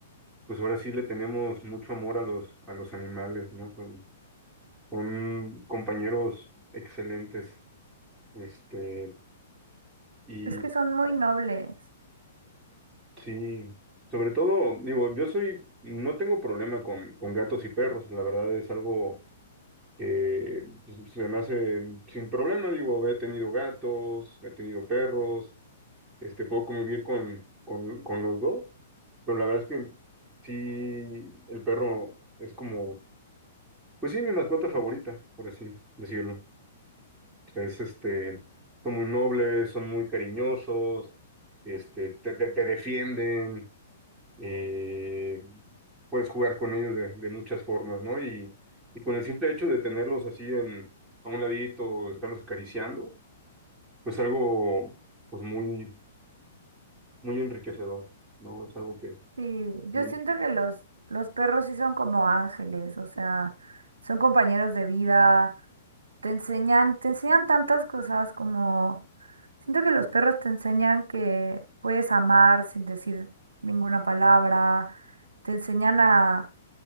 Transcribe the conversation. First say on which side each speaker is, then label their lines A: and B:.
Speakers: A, on the right (about 15°); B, on the right (about 80°).
A: pues ahora sí le tenemos mucho amor a los, a los animales, ¿no? Son, son compañeros excelentes. Este, y
B: Es que son muy nobles.
A: sí, sobre todo, digo, yo soy, no tengo problema con, con gatos y perros, la verdad es algo que pues, se me hace sin problema, digo, he tenido gatos, he tenido perros, este, puedo convivir con, con, con los dos, pero la verdad es que sí, el perro es como, pues sí, mi mascota favorita, por así decirlo. Es este, son muy nobles, son muy cariñosos, este, te, te- te defienden, eh, puedes jugar con ellos de, de muchas formas, ¿no? Y, y con el simple hecho de tenerlos así en, a un ladito, estarlos acariciando, pues algo pues muy, muy enriquecedor, ¿no? Es algo que
B: Sí, yo
A: no,
B: siento que los, los perros sí son como ángeles, o sea, son compañeros de vida, te enseñan, te enseñan tantas cosas como, siento que los perros te enseñan que puedes amar sin decir ninguna palabra, te enseñan a,